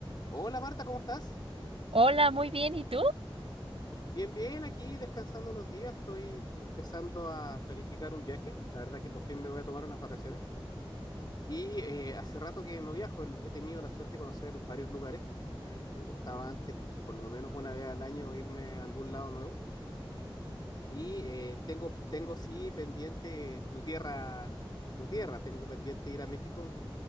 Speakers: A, on the left (about 50°); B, on the right (about 80°).
A: Hola Marta, ¿cómo estás?
B: Hola, muy bien. ¿Y tú?
A: Bien, bien, aquí descansando unos días, estoy empezando a planificar un viaje, la verdad que por fin me voy a tomar unas vacaciones y eh, hace rato que no viajo, El- he tenido la suerte de conocer varios lugares, Eh, me gustaba antes por lo menos una vez al año irme a algún lado nuevo y eh, tengo, tengo sí pendiente tu tierra, tu tierra, tengo pendiente ir a México,